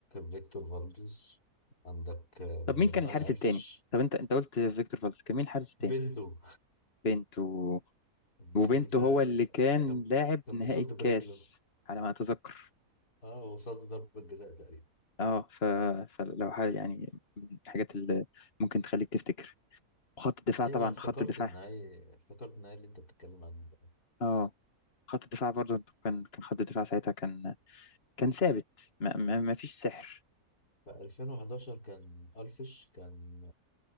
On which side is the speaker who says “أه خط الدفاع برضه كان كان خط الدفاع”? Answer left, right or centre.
Left